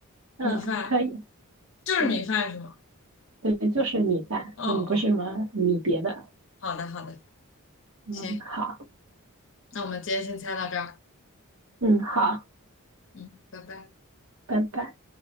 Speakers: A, on the right (about 70°); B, on the left (about 55°).
A: 嗯，
B: 米饭
A: 可以。
B: 就是米饭是吗？
A: 对对，就是米饭。
B: 哦哦，
A: 嗯，不是什么米别的。
B: 好的好的，
A: 嗯，
B: 行，
A: 好，
B: 那我们今天先猜到这儿，
A: 嗯，好，
B: 嗯，拜拜。
A: 拜拜。